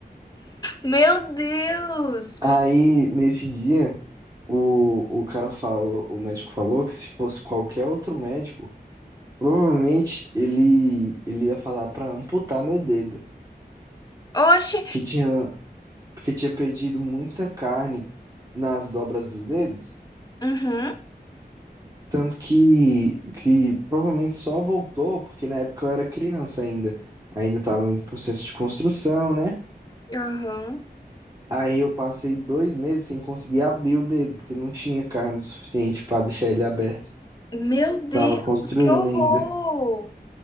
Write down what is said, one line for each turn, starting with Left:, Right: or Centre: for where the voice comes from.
Left: Meu Deus!
Right: Aí, nesse dia, o, o cara falou, o médico falou que se fosse qualquer outro médico, provavelmente ele, ele ia falar pra amputar meu dedo.
Left: Oxe!
Right: Que tinha porque tinha perdido muita carne nas dobras dos dedos,
Left: Uhum,
Right: tanto que, que provavelmente só voltou, porque na época eu era criança ainda, ainda estava em processo de construção, né?
Left: uhum.
Right: Aí eu passei dois meses sem conseguir abrir o dedo, porque não tinha carne suficiente para deixar ele aberto.
Left: Meu
Right: Tava
Left: Deus,
Right: construindo
Left: que horror!
Right: ainda.